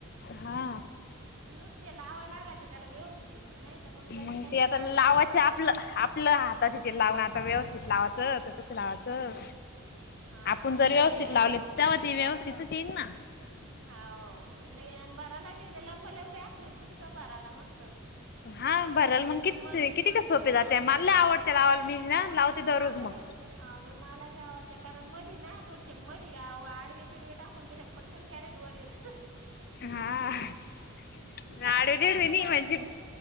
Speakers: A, on the left; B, on the right.
A: हा.
B: नुसते लावां लागत्या त्याला व्यवस्थित नाही तर लगे
A: मग
B: काहीच
A: ते आता
B: ताण
A: लावायचं
B: नाही.
A: आपलं-आपलं हात आता तिथे लावण आता व्यवस्थित लावाचं का कसं लावाचं?
B: हा
A: आपण जर
B: नाही
A: व्यवस्थित
B: बाई आम
A: लावल तेव्हा ते व्यवस्थितच येईन ना.
B: हाव लई आण <unintelligible> मस्त
A: हा भरल
B: अन
A: मग कितीचे
B: म
A: किती काय सोपे
B: हा
A: जाते मला लय आवडते लावाला मी ना लावते दररोज
B: मला
A: मग.
B: बी अ बाई मला बी आवडतेय कारण, मधी ना थोडीशी मधी आडवे तिडवे टाकून दिले पाट पण कॅरेट वर येत
A: हा, <unintelligible>
B: कॅरेट पटकन वर येत.